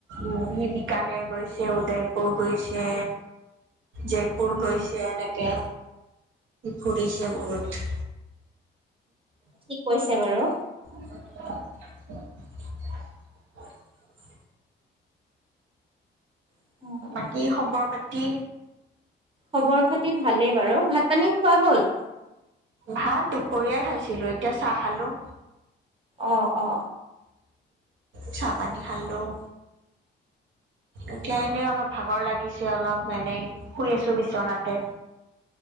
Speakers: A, on the right; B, on the right.
A: উম, সেই বিকানেৰ গৈছে, উদয়পুৰ গৈছে। জয়পুৰ
B: উম।
A: গৈছে এনেকে। ফুৰিছে বহুত
B: ঠিক কৈছে বাৰু
A: <inaudible>
B: অ',
A: বাকী খবৰ পাতি?
B: খবৰ-খাতি ভালেই বাৰু। ভাত-পানী খোৱা হ'ল?
A: ভাত দুপৰীয়াই খাইছিলোঁ। এতিয়া চাহ খালোঁ।
B: অ', অ'।
A: চাহ-পানী খালোঁ। এতিয়া এনেই অলপ ভাগৰ লাগিছে। অলপ মানে, শুই আছোঁ বিচনাতে।